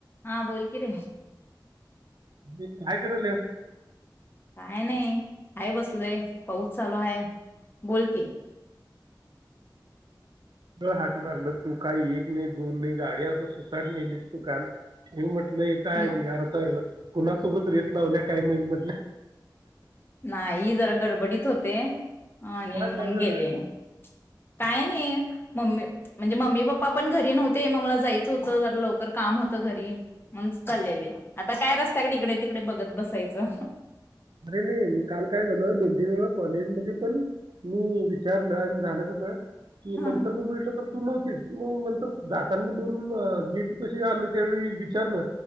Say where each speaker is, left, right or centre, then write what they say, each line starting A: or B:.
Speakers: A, on the left (about 30°); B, on the right (about 65°).
A: हा बोलकी रे.
B: दे काय कराल्यास?
A: काय नाही हाय बसलोय पाऊस चालू हाय बोल की.
B: हाक मारलं तू काही एक नाही दोन नाही गाडी असून स चट न्हेलीस तू काल. म्हणून म्हटलं हे काय
A: ना-
B: अर्थ हाय होय? कुणासोबत रेस लावल्या काही महित म्हणलं?
A: नाही जरा गडबडीत होते. आणि
B: काय
A: म्हणून
B: काय
A: गेले.
B: झालं
A: काय नाही मम्मी म्हणजे मम्मी पप्पा पण घरी नव्हते. मग मला जायचं होतं जरा लव बरं काम होतं घरी म्हणूनचं चालेले आता काय रस्त्याकडे इकडे तिकडे बघत बसायचं.
B: अरे नाही मी काल काय झाल दोन तीन वेळा कॉलेज मध्ये पण मी विचारलं आणि झालं कसं, की
A: हा
B: नंतर न बघीतलं तर तु नव्हतीस म नंतर जातांनी दोन गेट पशी आलो त्यावेळी विचारलं.